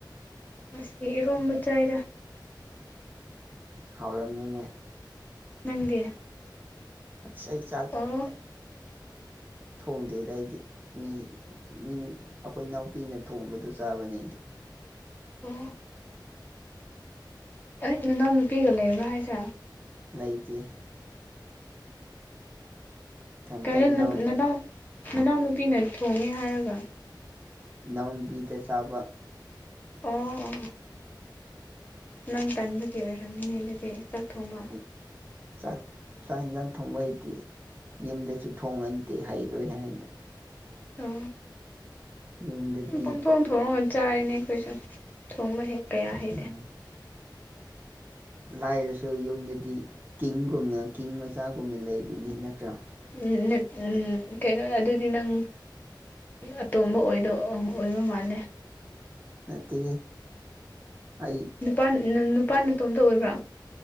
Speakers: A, on the left; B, on the right.
A: ꯉꯁꯤ ꯏꯔꯣꯝꯕ ꯆꯥꯏꯗ
B: ꯍꯥꯎꯔꯝꯅꯤꯅꯦ
A: ꯅꯪꯗꯤ
B: ꯑꯁ ꯑꯩ ꯆꯥꯛ
A: ꯑꯣ
B: ꯊꯣꯡꯗꯦꯗ ꯑꯩꯗꯤ ꯃꯤ ꯃꯤꯅ ꯑꯩꯈꯣꯏ ꯏꯅꯥꯎꯄꯤꯅ ꯊꯣꯡꯕꯗꯨ ꯆꯥꯕꯅꯦ ꯑꯩꯗꯤ
A: ꯎꯝ
B: <unintelligible>
A: ꯑꯩ ꯅꯅꯥꯎ ꯅꯨꯄꯤꯒ ꯂꯩꯕ꯭ꯔꯣ ꯍꯥꯏꯁꯦ
B: ꯂꯩꯇꯦ ꯏꯊꯟꯇ
A: ꯀꯩꯅꯣ
B: ꯏꯅꯥꯎ
A: ꯅꯅꯥꯎ ꯅꯅꯥꯎꯅꯨꯄꯤꯅ ꯊꯣꯡꯉꯦ ꯍꯥꯏꯔꯒ
B: ꯏꯅꯥꯎꯕꯤꯗ ꯆꯥꯕ
A: ꯑꯣ ꯑꯣ ꯅꯪ ꯇꯟꯕꯒꯤ ꯑꯣꯏꯔꯝꯅꯤꯅꯦ ꯑꯗꯨꯗꯤ ꯆꯥꯛ ꯊꯣꯡꯕ
B: ꯑ <inaudible> ꯆꯥꯛ ꯆꯥꯛ ꯌꯦꯟꯁꯥꯡ ꯊꯣꯡꯕ ꯍꯩꯇꯦ ꯌꯨꯝꯗꯁꯨ ꯊꯣꯡꯉꯟꯗꯦ ꯍꯩꯔꯣꯏ ꯍꯥꯏꯅ
A: ꯑꯣ
B: ꯌꯨꯝꯗꯗꯤ
A: ꯄꯪꯊꯣꯡ ꯊꯣꯡꯉ ꯆꯥꯔꯤꯅꯦ ꯑꯩꯈꯣꯏꯁꯨ ꯊꯣꯡꯕ ꯍꯩ
B: ꯎꯝ
A: <unintelligible>
B: ꯂꯥꯏꯔꯁꯨ ꯌꯨꯝꯗꯗꯤ ꯀꯤꯡꯒꯨꯝ ꯀꯤꯡꯒꯨꯝꯅ ꯀꯤꯡ ꯃꯆꯥꯒꯨꯝꯅ ꯂꯩꯔꯤꯅꯤ ꯅꯠꯇ꯭ꯔꯥ
A: ꯎꯝ ꯅꯠ ꯎꯝ ꯀꯩꯅꯣ ꯑꯗꯨꯗꯤ ꯅꯪ ꯑꯇꯣꯝꯕ ꯑꯣꯏꯗ ꯑꯣꯏꯕ ꯃꯥꯜꯂꯦ
B: ꯅꯠꯇꯦ ꯑꯩ
A: ꯅꯨꯄꯥꯥ ꯅꯨꯄꯥꯥ ꯃꯇ ꯃꯇꯣꯝꯇ ꯑꯣꯏꯕ꯭ꯔꯥ